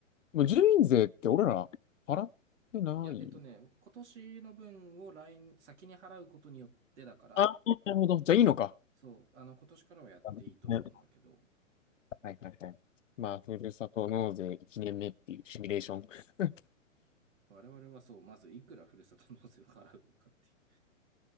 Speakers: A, on the left; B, on the right.
A: もう住民税って俺ら払ってない
B: いや、えっとね、今年の分を来年、先に払うことによってだから、
A: ああ、なるほど。じゃあいいのか。
B: そう、あの、今年からはやっていいと思うんだけど、
A: ねはいはいはい。まあ、ふるさと納税1年目っていうシミュレーション。<laughs> 確
B: 我々はそう、まずいくらふるさと納税を払うのかっていう。